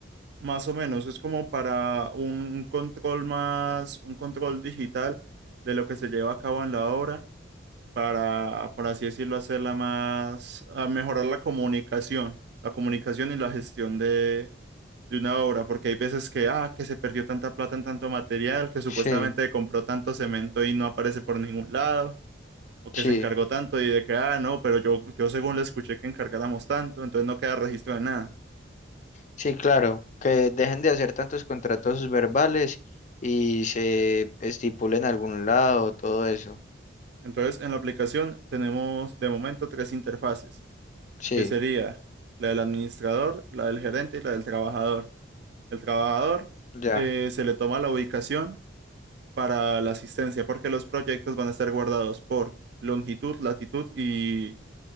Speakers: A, on the right; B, on the left.
A: Más o menos, es como para un, un control más, un control digital de lo que se lleva a cabo en la obra, para, por así decirlo, hacerla más, a mejorar la comunicación, la comunicación y la gestión de, de una obra, porque hay veces que, ah, que se perdió tanta plata en tanto material, que supuestamente
B: Sí,
A: compró tanto cemento y no aparece por ningún lado, o que
B: sí.
A: se encargó tanto y de que, ah, no, pero yo, yo según le escuché que encargáramos tanto, entonces no queda registro de nada.
B: Sí, claro, que dejen de hacer tantos contratos verbales y se estipule en algún lado, todo eso.
A: Entonces, en la aplicación tenemos de momento tres interfaces,
B: Sí,
A: que sería la del administrador, la del gerente y la del trabajador. El trabajador
B: ya,
A: eh, se le toma la ubicación para la asistencia, porque los proyectos van a estar guardados por longitud, latitud y,